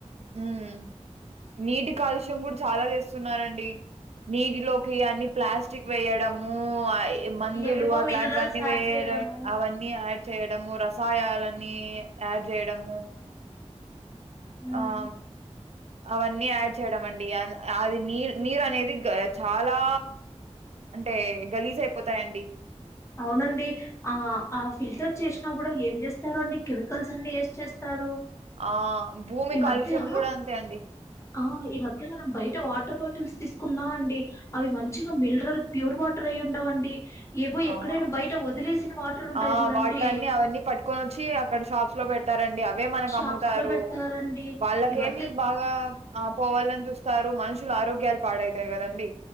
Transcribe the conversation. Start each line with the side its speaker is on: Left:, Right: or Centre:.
Right: ఉమ్ నీటి కాలుష్యం కూడా చాలా చేస్తున్నారండి నీటిలోకి అన్ని ప్లాస్టిక్ వేయడము అయ్ ఈ మందులు
Left: ఏవేవో
Right: అట్లాంటివన్నీ
Left: మినరల్స్ యాడ్
Right: వేయడం
Left: చేయడము
Right: అవన్నీ యాడ్ చేయ డము రసాయాలన్ని యాడ్ చేయడము
Left: ఉమ్,
Right: ఆమ్ అవన్నీ యాడ్ చేయడం అండి అ అది నీరు నీరు అనేది గ చాలా అంటే గలీజ్ అయిపోతాయండి
Left: అవునండి ఆ ఆ ఫిల్టర్ చేసినా కూడా ఏం చేస్తారో అండి కెమికల్స్ అన్ని వేసి చేస్తారు.
Right: ఆ భూమి
Left: ఈ
Right: కాలుష్యం
Left: మధ్య
Right: కూడా అంతే అండి
Left: ఆ ఈ మధ్య మనం బయట వాటర్ బాటిల్స్ తీసుకున్నా అండి అవి మంచిగా మిలరల్ ప్యూర్ వాటరే వుండవండి ఏవో ఎక్కడైనా
Right: ఆహా
Left: బయట వదిలేసిన వాటరు ఉంటాయి
Right: ఆ
Left: చూడండి
Right: వాటర్ అన్ని అవన్నీ పట్టుకొని వచ్చి అక్కడ షాప్స్ లో పెడతారండి అవే మనకు
Left: షాప్స్‌లో
Right: అమ్ముతారు
Left: పెడతారండి.
Right: వాళ్ళకేమి
Left: ఈ మధ్య
Right: బాగా ఆ పోవాలని చూస్తారు మనుషులు ఆరోగ్యాలు పాడైతాయి కదండి.